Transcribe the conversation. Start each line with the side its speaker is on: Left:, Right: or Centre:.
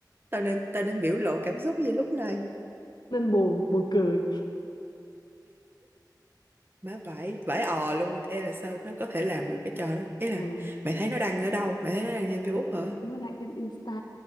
Right: tao nên tao nên biểu lộ cảm xúc gì lúc này?
Left: nên buồn, buồn cười.
Right: Má vãi, vãi ò luôn. Ê là sao nó có thể làm được cái trò đó? Ý là
Left: Ừ,
Right: mày thấy nó đăng ở đâu? Mày thấy nó đăng trên Facebook hả?
Left: nó đăng trên Insta.